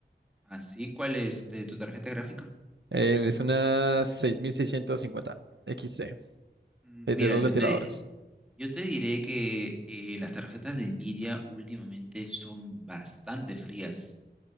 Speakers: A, in the centre; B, on the right.
A: Así, ¿cuál es este, tu tarjeta gráfica?
B: Eh, es una 6650 XT,
A: Mm,
B: es
A: Mira,
B: de dos
A: yo
B: ventiladores.
A: te, yo te diré que eh, las tarjetas de Nvidia últimamente son bastante frías.